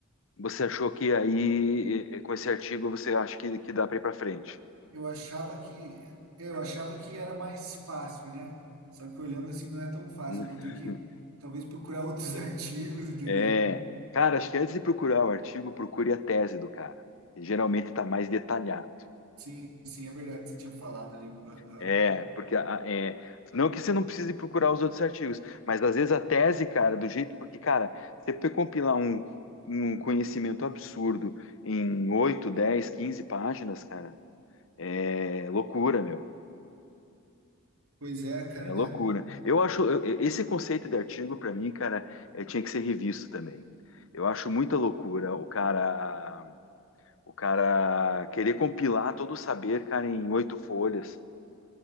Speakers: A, on the left; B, on the right.
A: Você achou que aí, eh, eh, com esse artigo, você acha que, que dá para ir para frente?
B: eu achava que é, eu achava que era mais fácil, né? Só que olhando assim não é tão fácil.
A: <laughs>
B: Eu vou ter que talvez procurar outros <laughs> artigos, entendeu?
A: É, cara, acho que antes de procurar o artigo, procure a tese do cara. Geralmente está mais detalhado.
B: Sim, sim, é verdade. Você tinha falado ali. Aham.
A: É, porque a- é, não que você não precise procurar os outros artigos, mas às vezes a tese, cara, do jeito, porque, cara, você pe- compilar um, um conhecimento absurdo em 8, 10, 15 páginas, cara, é loucura, meu.
B: Pois é, cara,
A: É loucura.
B: né?
A: Eu acho, eu- eu- esse conceito de artigo, pra mim, cara, é, tinha que ser revisto também. Eu acho muita loucura o cara, o cara querer compilar todo o saber, cara, em oito folhas.